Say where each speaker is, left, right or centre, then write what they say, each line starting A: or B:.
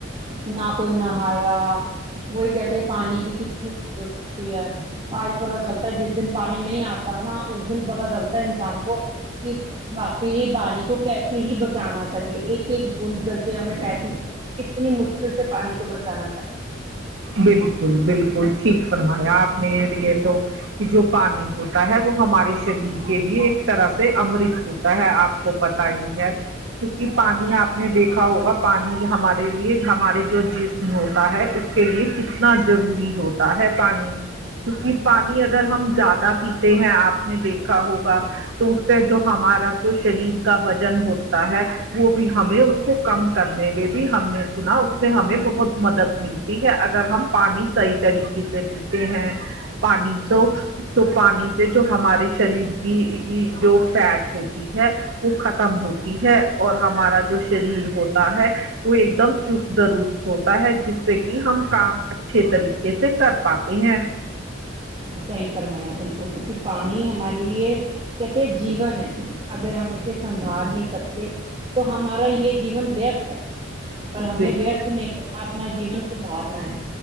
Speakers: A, on the right (about 25°); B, on the right (about 75°).
A: ن کوئی نہ ہایا وہی کہتے ہیں پانی کی کتنی ضورت ہوتی ہے آج پتا چلتا ہے جس دن پانی نہیں آتا نا اس دن پتا چلتا ہے انسان کو کہ باقی ہی بانی کو کیسے سے ہی بچانا چاہیے ایک ایک بوند کر کے ہمیں پیس کتنی مشکل سے پانی کو بچانا چاہیے
B: بالکل بالکل ٹھیک فرمایا آپ نے یہ تو کہ جو پانی ہوتا ہے وہ ہمارے شریر کے لیے ایک طرح سے امرت ہوتا ہے آپ کو پتا ہی ہے کیونکہ پانی آپ نے دیکھا ہوگا پانی ہمارے لیے ہمارے جو جسم ہوتا ہے اس کے لیے کتنا ضروری ہوتا ہے پانی کیونکہ پانی اگر ہم زیادہ پیتے ہیں آپ نے دیکھا ہوگا تو اس سے جو ہمارا جو شریر کا وزن ہوتا ہے وہ بھی ہمیں اس کو کم کرنے میں بھی ہم نے سنا اس میں ہمیں بہت مدد ملتی ہے اگر ہم پانی صحیح طریقے سے پیتے ہیں پانی تو
A: صحیح
B: تو پانی سے جو ہمارے شریر کی جو فیٹ ہوتی ہے وہ ختم ہوتی ہے اور ہمارا جو شریر ہوتا ہے وہ ایک دم چست درست ہوتا ہے جس سے کہ ہم کام اچھے طریقے سے کر پاتے ہیں
A: صحیح فرمایا بالکل کیونکہ پانی ہمارے لیے کہتے جیون ہے اگر ہم اسے سنبھال نہیں سکتے تو ہمارا یہ جیون ورتھ ہے اور ہمیں
B: بالکل
A: ورتھ نہیں کرنا اپنا جیون سدھارنا ہے